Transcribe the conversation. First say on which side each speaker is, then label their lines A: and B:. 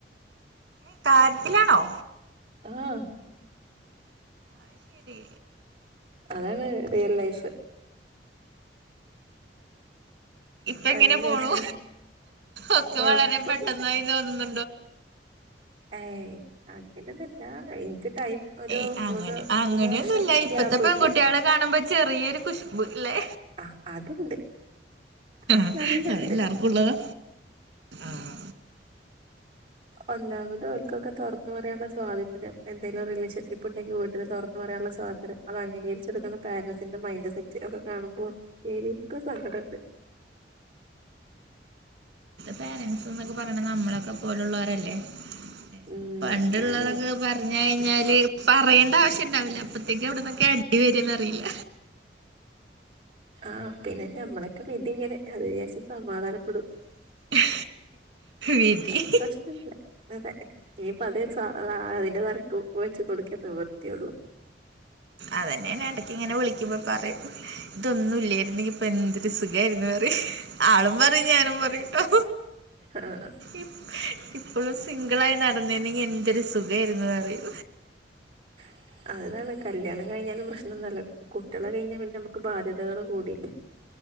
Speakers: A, on the right; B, on the right.
A: ഏ കാര്യത്തിലാണോ.
B: ആഹ്
A: അയ് ശരി.
B: അതാണ് റിയൽ ലൈഫ്.
A: ഇപ്പ
B: പതിനഞ്ച്
A: എങ്ങനെ പോണു
B: വയസ്സില്
A: ഒക്ക
B: കൊഴപ്പൊന്നുല്ല
A: വളരെ പെട്ടെന്നായി തോന്നുന്നു.
B: ഏയ് അങ്ങനെന്നൊല്ല എനിക്ക്. ടൈം ഒരു
A: ഏയ് അങ്ങനെ
B: മൂന്ന്
A: അങ്ങനെന്നുല്ല
B: മൂന്ന് വർഷം
A: ഇപ്പത്തെ
B: ഗ്യാപ്പ്
A: പെൺകുട്ടികളെ
B: കിട്ടിയിരുന്നു
A: കാണുമ്പോ ചെറിയൊരു കുശ്ബ് ല്ലെ.
B: ആഹ് അതുണ്ട് അത്
A: ആ
B: നല്ലുണ്ട്
A: അതെല്ലാർക്കുള്ളതാ ആഹാ
B: ഒന്നാമത് ഓല്ക്കൊക്ക തൊറന്ന് പറയാനുള്ള സ്വാതന്ത്ര്യം എന്തെലും റിലേഷൻഷിപ്പ് ഇണ്ടെങ്കി വീട്ടില് തൊറന്ന് പറയള്ള സ്വാ സ്വാതന്ത്ര്യം അത് അംഗീകരിച്ചെടുക്കന്ന പെരൻസിന്റെ മൈൻഡ് സെറ്റ് അതൊ കാണുമ്പോ എനിക്ക് സങ്കടണ്ട്.
A: പെരൻറ്സ് ന്നൊക്ക പറയണ നമ്മള്ളേക്ക പോലുള്ളോരല്ലേ <inaudible>
B: ഉം
A: പണ്ടുള്ളതൊക്ക
B: ഞാനും
A: പറഞ്ഞെ ഴിഞ്ഞാല് പറയണ്ട ആവശ്യണ്ടാവില്ല അപ്പത്തേക്ക് എവിടന്നൊക്കെ അടി വരന്നറിയില്ല.
B: ആ പിന്നെ ഞമ്മളക്ക വിധി ഇങ്ങനെ അത് വിചാരിച്ച് സമാധാനപ്പെടും.
A: <unintelligible> വിധി
B: വേറെ പ്രശ്നൊന്നുല്ല്യ അതെ ഇനിയിപ്പ അതെ സാ ആ അതിന്റെ താണ് ക്കു വെച്ച് കൊട്ക്കേ നിവൃത്തിയുള്ളു.
A: അതന്നെ ഞാൻ എടക്ക് ഇങ്ങനെ വിളിക്കുമ്പോ പറയും ഇതൊന്നും ഇല്ലേയിരുന്നെങ്കി ഇപ്പൊ എന്തൊരുസുഖായിരുന്നു <unintelligible> ആളും പറയും ഞാനും പറയൂട്ടോ
B: ആഹ്
A: ഇപ് ഇപ്പോളും സിംഗിളായി നടന്നേർന്നെങ്കി എന്തൊരു സുഖായിരുന്നു റയും
B: <unintelligible> കല്യാണം കഴിഞ്ഞാലും പ്രശ്നൊന്നല്ല കുട്യാളായ് കഴിഞ്ഞാ പിന്നമ്മക്ക് ബാധ്യതകള് കൂടിലെ